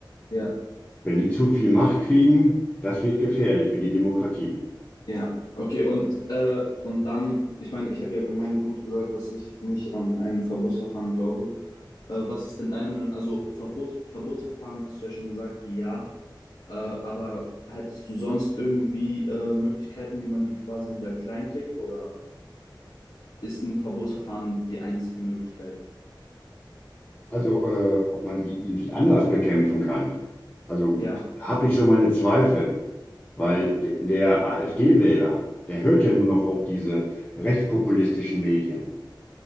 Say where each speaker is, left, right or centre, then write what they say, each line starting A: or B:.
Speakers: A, on the left; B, on the left.
A: Ja,
B: Wenn die zu viel Macht kriegen, das wird gefährlich für die Demokratie.
A: ja. Okay, und, äh, und dann, ich meine, ich habe ja meinen Punkt gesagt, dass ich nicht an ein Verbotsverfahren glaube. Äh, was ist denn deine Meinung? Also Verbots Verbotsverfahren hast du ja schon gesagt, ja. Äh, aber hättest du sonst irgendwie äh, Möglichkeiten, wie man die quasi wieder klein kriegt? Oder ist ein Verbotsverfahren die einzige Möglichkeit?
B: Also, äh, ob man die irgendwie anders bekämpfen kann. Also
A: Ja,
B: habe ich so meine Zweifel, weil de der AfD-Wähler, der hört ja nur noch auf diese rechtspopulistischen Medien,